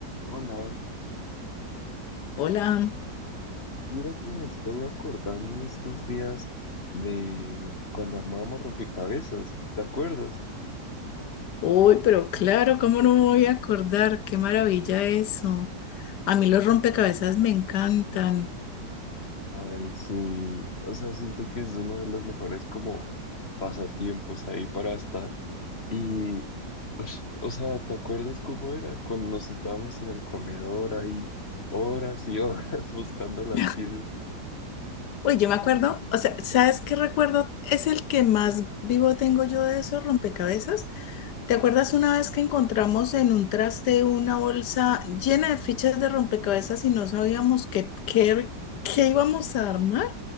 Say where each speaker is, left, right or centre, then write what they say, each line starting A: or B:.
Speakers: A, on the left; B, on the left.
A: Hola,
B: Hola,
A: mira que me estoy acordando en estos días de cuando armábamos rompecabezas, ¿te acuerdas?
B: uy, pero claro, ¿cómo no me voy a acordar? Qué maravilla eso. A mí los rompecabezas me encantan.
A: Ay, sí, o sea, siento que es uno de los mejores como pasatiempos ahí para estar. Y, ush, o sea, ¿te acuerdas cómo era? Cuando nos sentábamos en el comedor ahí horas y horas <laughs> buscando las
B: <laughs>
A: piezas.
B: Uy, yo me acuerdo, o sea, ¿sabes qué recuerdo? Es el que más vivo tengo yo de esos rompecabezas. ¿Te acuerdas una vez que encontramos en un traste una bolsa llena de fichas de rompecabezas y no sabíamos qué, qué, qué íbamos a armar?